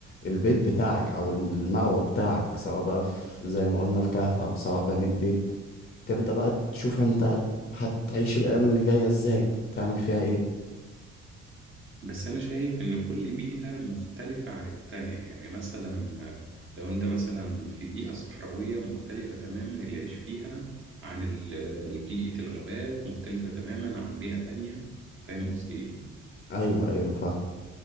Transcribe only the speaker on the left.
البيت بتاعك او المأوى بتاعك سواء بقى في زي ما قلنا في كهف او سواء بنيت بيت تبدأ بقى تشوف انت هتعيش الايام اللي جاية ازاي تعمل فيها ايه
ايوه ايوه فاهم